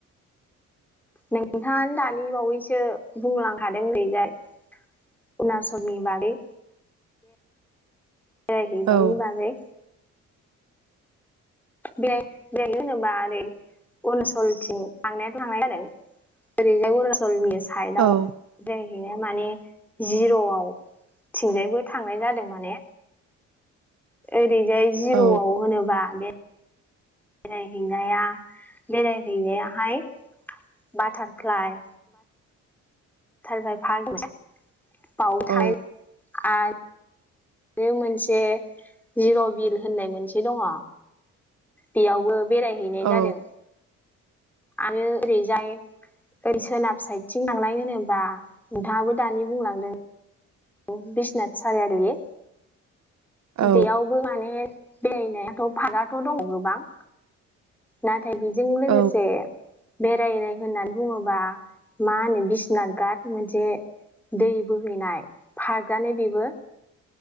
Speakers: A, in the centre; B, on the right (about 65°).
A: नोंथाङा दानि बावैसो बुंलांखादों नैजाय अरुनाचलनि बागै बेरायहैनायनि
B: औ
A: बागै बे बेनो जेनेबा ओरै अरुणाचलथिं थांनायाथ' थांनाय ओरैजाय अरुणाचलनि साइद आव
B: औ
A: दै बिनो माने जिर'आव थिंजायबो थांनाय जादों माने ओरै बेहाय जिर'आव
B: औ
A: होनोब्ला बेरायहैनाया बेरायहैनाया हाय बाटारफ्लाय <unintelligible> बाव
B: औ
A: थाय आरो आरो मोनसे जिर' बिल होननाय मोनसे <unintelligible> दङ बियावबो बेरायहैनाय जादों
B: औ
A: आरो ओरैजाय ओरै सोनाब साइदथिं थांनाय होनो दाबो दा नोंथाङाबो दा- <unintelligible> बुंलांदों औ बिस्नाथ सारिआलि-
B: औ
A: बेयावबो माने- बेरायनायाथ' फारागाथ' दङ गोबां ना नाथाय बेजों लोगोसे
B: औ
A: बेरायनाय होननानै बुङोबा मा होनो बिसनाथ गााथ मोनसे दै बोहैनाय फागआनो‌ बेबो